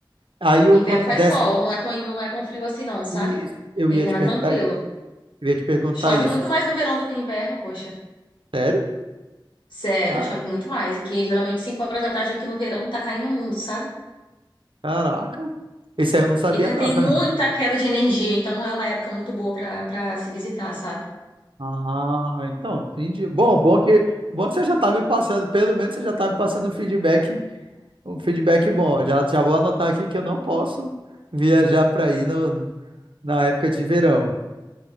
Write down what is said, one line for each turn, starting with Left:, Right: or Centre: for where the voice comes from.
Right: Aí o
Left: O inverno
Right: quanto
Left: faz
Right: desce
Left: sol, não é tão, não é tão frio assim não, sabe?
Right: isso, eu
Left: Inverno
Right: ia te perguntar
Left: é tranquilo.
Right: isso, eu ia te perguntar
Left: Chove
Right: isso.
Left: muito mais no verão do que no inverno, poxa.
Right: Sério?
Left: Sério,
Right: Ca-
Left: chove muito mais. Aqui, geralmente, 5 horas da tarde aqui no verão tá caindo o mundo, sabe?
Right: Caraca. Isso aí eu não sabia
Left: E ca-
Right: não.
Left: tem
Right: Fran.
Left: muita queda de energia, então não é uma época muito boa pra, pra se visitar, sabe?
Right: Ah, então, entendi. Bom, bom que bom que você já tá me passando, pelo menos você já tá me passando um feedback, um feedback bom. Já já vou anotar aqui que eu não posso viajar para aí no, na época de verão.